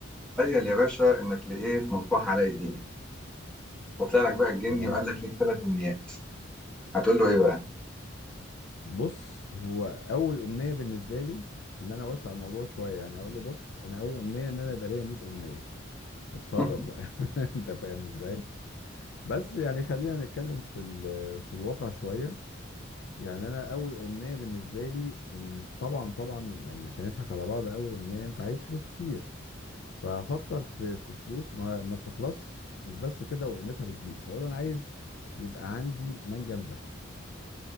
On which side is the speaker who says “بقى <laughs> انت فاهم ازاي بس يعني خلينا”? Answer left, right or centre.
Left